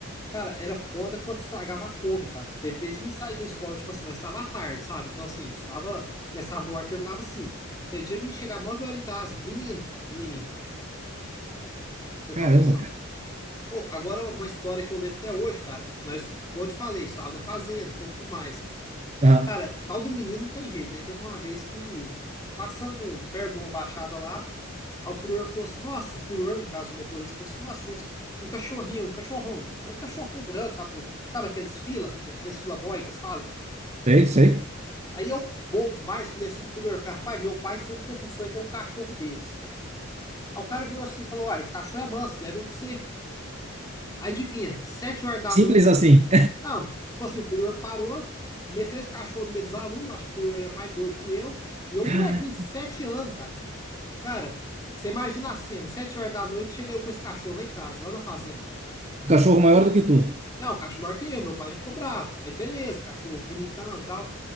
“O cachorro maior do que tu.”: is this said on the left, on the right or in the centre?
Right